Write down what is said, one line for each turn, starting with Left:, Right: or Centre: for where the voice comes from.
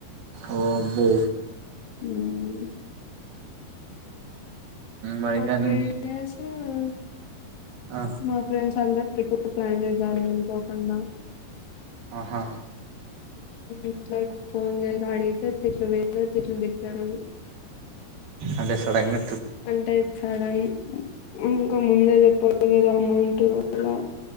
Right: ఒ అబ్బో
Left: ఉమ్ ఇంకా
Right: మరి కానీ
Left: త్రీ డేసే ఉన్
Right: ఆ
Left: మా ఫ్రెండ్స్ అందరు ట్రిప్పు ప్లాన్ చేశారు అనుకోకుండా
Right: ఆహా
Left: ఇట్లా ఫోన్ చేయరా ఆడిగితే తిట్లు మిద తిట్లు తిట్టినారు
Right: అంటే సడెన్గా
Left: అంటే సడన్ ఇన్ ఇంకా ముందే చెప్పాల్ కదా అమౌంట్ అలా